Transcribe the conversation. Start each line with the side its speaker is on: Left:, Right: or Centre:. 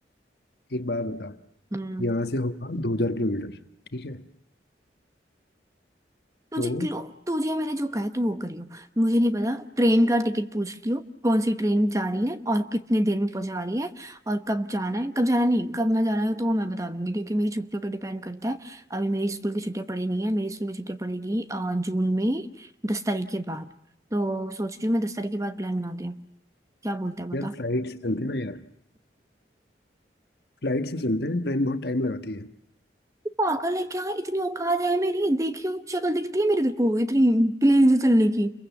Left: एक बात बता
Right: हम्म
Left: यहाँ से होगा दो हजार किलोमीटर ठीक है
Right: तुझे
Left: तो
Right: क्लो तुझे मैंने जो कहा है, तू वो करियो मुझे नहीं पता ट्रेन का टिकट पूछ लियो कौन सी ट्रेन जा रही है और कितने देर में पहुंचा रही है और कब जाना है कब जाना नहीं कब मैं जाना है तो वो मैं बता दूंगी क्योंकि मेरी छुट्टियों पर डिपेंड करता है अभी मेरी स्कूल की छुट्टियां पड़ी नहीं है मेरी स्कूल की छुट्टियां पड़ेगी अ, जून में दस तारीख के बाद तो सोच रही हूँ मैं दस तारीख के बाद प्लान बनाते हैं क्या बोलता है बता
Left: यार फ्लाइट से चलते हैं ना यार फ्लाइट से चलते हैं ट्रेन बहुत टाइम लगाती है
Right: पागल है क्या इतनी औकात है मेरी देखियो शक्ल दिखती है मेरी तेरे को इतनी प्लेन से चलने की